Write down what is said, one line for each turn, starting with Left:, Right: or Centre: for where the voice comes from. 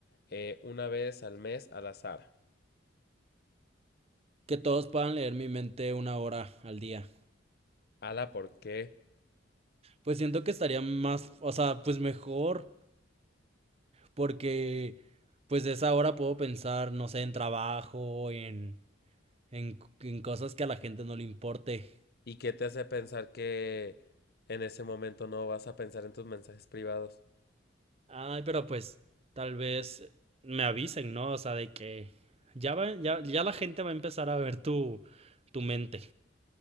Left: eh, una vez al mes al azar.
Right: Que todos puedan leer mi mente una hora al día.
Left: Ala, ¿por qué?
Right: Pues siento que estaría más, o sea, pues mejor, porque pues de esa hora puedo pensar, no sé, en trabajo, en, en, en cosas que a la gente no le importe.
Left: ¿Y qué te hace pensar que en ese momento no vas a pensar en tus mensajes privados?
Right: Ay, pero pues tal vez me avisen, ¿no? O sea, de que ya va, ya, ya la gente va a empezar a ver tu, tu mente.